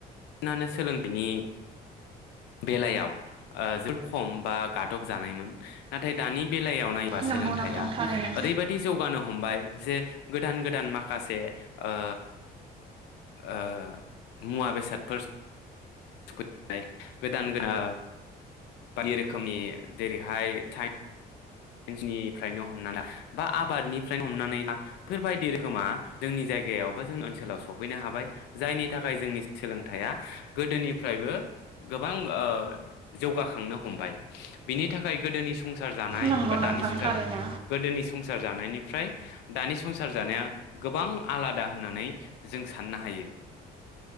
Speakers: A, on the left; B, on the right.
A: सिनानो सोलो बिनि‌ बेलायाव जोर खम बा गादब जानायमोन नाथाय दानि बेलायाव नायबा सोलोंथाइआ
B: नंगौ नोंथां थारैनो
A: ओरैबायदि जौगानो हमबाय जे गोदान गोदान माखास खासे ओ ओ मुवा बेसाद <unintelligible> गोदान गोन ओ बायदि रोखोमनि जेरै हाय साय <unintelligible> निफ्रायनो हमनानै ला बा आबादनिफ्रायनो हमनानै ला बेफोरबायदि रोखोमा जोंनि जायगायाव बा जों ओनसोलाव सफैनो हाबाय जायनि थाखाय जोंनि सोलोंथाइया गोदोनिफ्रायबो गोबां ओ जौगाखांनो हमबाय। बिनि थाखाय गोदोनि संसार जानाय
B: नंगौ
A: बा
B: नोंथां
A: दानि संसार
B: थारैनो
A: गोदोनि संसार जानायनिफ्राय दानि संसार जानाया गोबां आलादा होननानै जों साननो हायो ।